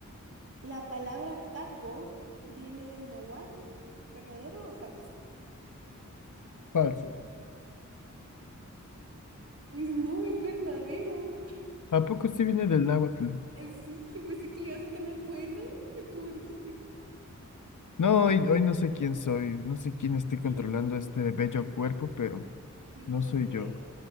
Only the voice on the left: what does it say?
Falso.
¿A poco sí viene del náhuatl?
No,
hoy, hoy no sé quién soy, no sé quién esté controlando
este bello cuerpo, pero
no
soy
yo.